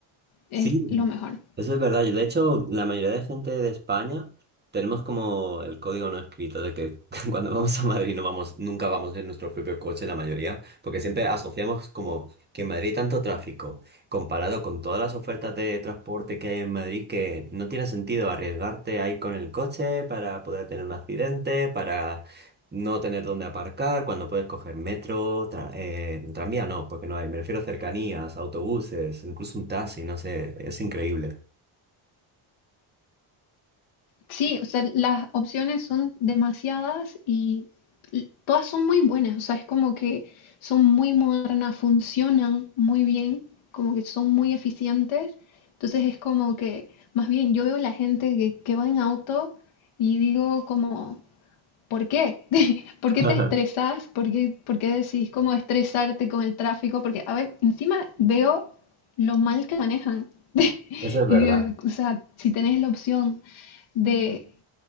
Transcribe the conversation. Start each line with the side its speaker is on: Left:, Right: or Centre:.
Left: es
Right: Sí,
Left: lo mejor.
Right: eso es verdad. Yo, de hecho, la mayoría de gente de España tenemos como el código no escrito de que <laughs> cuando vamos a Madrid no vamos, nunca vamos en nuestro propio coche, la mayoría, porque siempre asociamos como que en Madrid hay tanto tráfico, comparado con todas las ofertas de transporte que hay en Madrid, que no tiene sentido arriesgarte a ir con el coche para poder tener un accidente, para no tener dónde aparcar, cuando puedes coger metro, tra- eh, tranvía no, porque no hay, me refiero a cercanías, autobuses, incluso un taxi, no sé, es increíble.
Left: Sí, o sea, las opciones son demasiadas y l- todas son muy buenas, o sea, es como que son muy modernas, funcionan muy bien, como que son muy eficientes, entonces es como que, más bien, yo veo la gente que, que va en auto y digo como... ¿Por qué? <laughs> ¿Por
Right: <laughs>
Left: qué te estresas? ¿Por qué, por qué decís cómo estresarte con el tráfico? Porque, a ver, encima veo lo mal que manejan. <laughs>
Right: Eso es verdad.
Left: Y digo, o sea, si tenés la opción de,